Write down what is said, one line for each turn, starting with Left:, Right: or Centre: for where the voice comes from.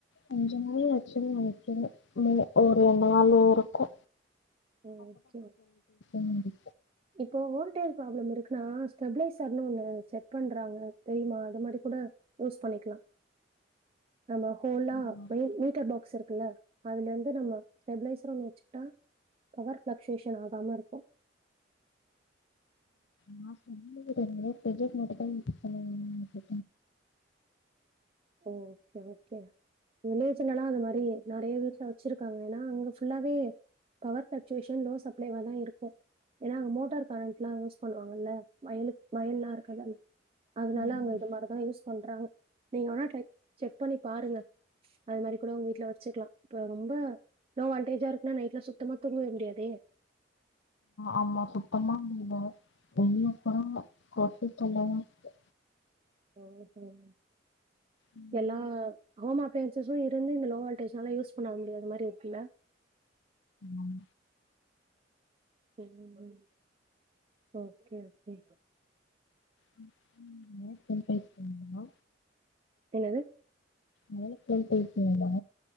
Left: அஞ்சு மணி ஆச்சுன்னு நெனைக்குறே இல்ல ஒரு நாலு இருக்கு
Right: ஓகே ஓ
Left: இருந்துச்சு.
Right: இப்போ வோல்டேஜ் இருக் நா ஸ்டெபிளைசர்னு ஒண்ணு செட் பண்றாங்க தெரியுமா அது மாரி கூட யூஸ் பண்ணிக்கலா நம்ம ஹோல்லா
Left: ம்.
Right: மெயின் மீட்டர் பாக்ஸ் இருக்குல்ல அதுல இருந்து நம்ம ஸ்டெபிளைசர் ஒண்ணு வச்சுகிட்டா பவர் பிளக்சுவேஷன் ஆகாம இருக்கு
Left: நா சொந்த வீடுனால ப்ரொஜெக்ட் மட்டுந்தா யூஸ் பண்ணுவாங்க <inaudible>
Right: ஓ ஓகே ஓகே வில்லேஜ்லலா அது மாரி நெறைய வீட்டுல வச்சிருக்காங்க ஏன்னா அங்க ஃபுல்லாவே பவர் பிளக்சுவேஷன் லோ சப்ளைவல் வா இருக்கு ஏன்னா அங்க மோட்டார் கரண்ட் எல்லா யூஸ் பண்ணுவாங்கல்ல வயலு வயல்லா இருக்குறதால்ல அதனால
Left: ம்.
Right: அங்க இது மாரிதா யூஸ் பண்றாங்க நீங்க வேனா ட்ரை செக் பண்ணி பாருங்க அது மாரி கூட உங்க வீட்ல வச்சுக்கலா இப்ப ரொம்ப லோ வால்டேஜா இருக்குன்னா நைட்ல சுத்தமா தூங்கவே முடியாதே
Left: ஆஹ்மா சுத்தமா முடில வெளிய ஃபுல்லா கொசு தொல்லயா இருக்கு
Right: ம் ஹ்ம்
Left: ம்.
Right: எல்ல ஹாமா ஃபேஸஸு இருந்து இந்த லோ வல்டேஜ்னால யூஸ் பண்ண முடியாத மாரி இருக்குல
Left: உம்
Right: உம் ஓகே ஓகே
Left: ம் <inaudible> சும்மா
Right: என்னது
Left: மாலுக்குலா போயிருக்கிங்களா